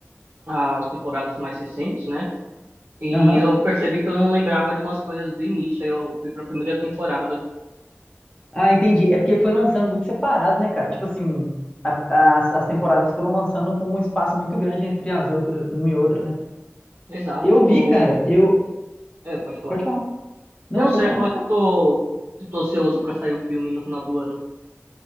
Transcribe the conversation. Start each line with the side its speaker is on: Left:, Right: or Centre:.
Right: as temporadas mais recentes, né? E
Left: Aham.
Right: eu percebi que eu não lembrava de umas coisas do início, aí eu fui pra primeira temporada.
Left: Ah, entendi. É porque foi lançando muito separado, né, cara? Tipo assim, a- as, as temporadas foram lançando com um espaço muito grande entre as outras, uma e outra, né?
Right: Exato,
Left: Eu
Right: tô.
Left: vi, cara, eu.
Right: É, pode falar.
Left: Pode falar. Não,
Right: Não,
Left: pode
Right: só ia
Left: falar.
Right: falar que eu tô, eu tô ansioso pra sair o filme no final do ano.